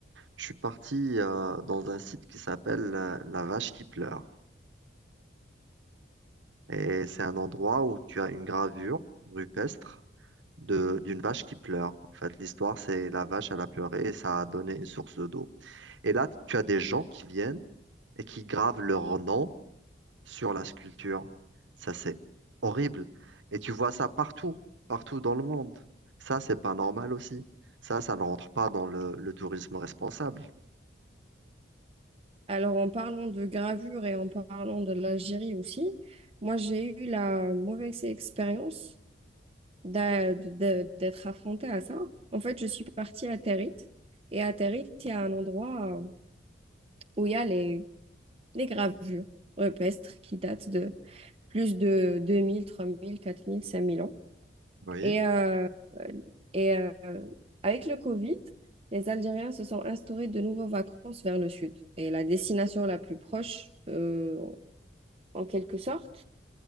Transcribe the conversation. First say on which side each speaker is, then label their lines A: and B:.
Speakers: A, on the right; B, on the right.
A: Je suis parti euh, dans un site qui s'appelle euh, La Vache qui pleure. Et c'est un endroit où tu as une gravure rupestre de, d'une vache qui pleure. En fait, l'histoire, c'est la vache, elle a pleuré et ça a donné une source d'eau. Et là, tu as des gens qui viennent et qui gravent leur nom sur la sculpture. Ça, c'est horrible. Et tu vois ça partout, partout dans le monde. Ça, c'est pas normal aussi. Ça, ça ne rentre pas dans le, le tourisme responsable.
B: Alors, en parlant de gravure et en parlant de l'Algérie aussi, moi, j'ai eu la mauvaise expérience d'a- de- d'être affrontée à ça. En fait, je suis partie à Territ. Et à Territ, il y a un endroit euh, où il y a les, les gravures rupestres qui datent de plus de deux mille, mille, trois mille, quatre mille, cinq mille ans.
A: Oui,
B: Et, euh, et euh, avec le Covid, les Algériens se sont instaurés de nouveaux vacances vers le sud. Et la destination la plus proche, euh, en quelque sorte,